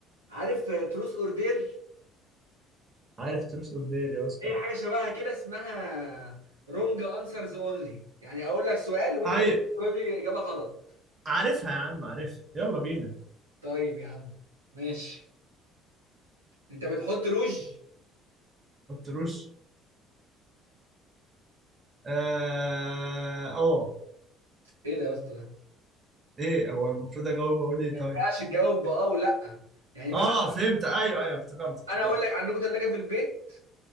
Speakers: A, on the right; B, on the right.
A: عارف تروس اوردر
B: عارف تروس اوف دير يا اسطى
A: اي حاجه شبهها كده اسمها رونج انسرز اونلي يعني اقول لك سؤال وانت
B: هاي
A: تجاوب لي اجابه غلط
B: عارفها يا عم عارفها يلا بينا
A: طيب يا عم ماشي انت بتحط روج
B: ما تروش اه أوه.
A: ايه ده يا اسطى ده
B: ايه هو المفروض اجاوب اقول ايه
A: ما
B: طيب
A: ينفعش تجاوب باه ولا يعني مثلا
B: اه فهمت ايوه ايوه افتكرت افتكرت
A: انا اقول لك عندكم ثلاجه في البيت